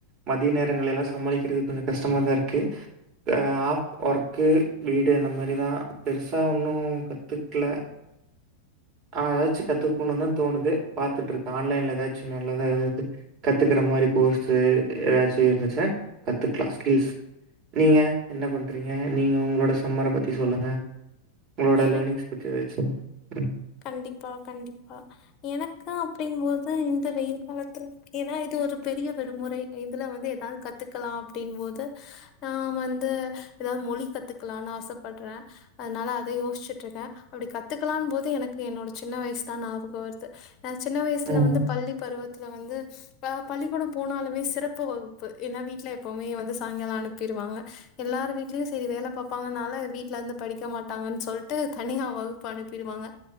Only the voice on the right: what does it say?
மதிய நேரங்கள் எல்லாம் சமாளிக்கிறது கொஞ்சோம் கஷ்டமாதா இருக்கு, ஆஹ் ஆஃப் ஒர்க்கு வீடு அந்த மாரிதான் பெருசா ஒண்ணும் கத்துக்ல ஆஹ் ஏதாச்சும் கத்துக்கணும்னு தான் தோணுது பாத்துட்ருக்க ஆன்லைன்ல ஏதாச்சும் நல்லதா ஏதாவது கத்துக்கற மாரி கோர்ஸு ஏதாச்சும் இருந்துச்சுனா கத்துக்கலாம் ஸ்கில்ஸ் நீங்க என்ன பண்றீங்க நீங்க உங்களோட சம்மர பத்தி சொல்லுங்க உங்களோட
லேர்னிங்ஸ் பத்தி ஏதாச்சு சொல்லுங்க ம்
ம்.